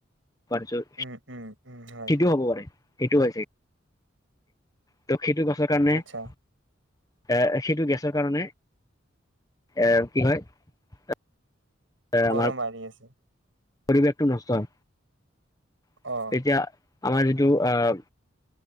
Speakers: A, on the left (about 20°); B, on the right (about 80°).
A: পাৰছৰ
B: উম
A: সেইটোও
B: উম উম হয়
A: হ'ব পাৰে সেইটো হয় চাগে ত সেইটো গছৰ কাৰণে
B: আচ্ছা
A: এ সেইটো গেছৰ কাৰণে এ কি হয়।
B: গৰম
A: আমাৰ
B: বাঢ়ি আছে
A: পৰিৱেশটো নষ্ট হয়
B: অ
A: এতিয়া আমাৰ যিটো আহ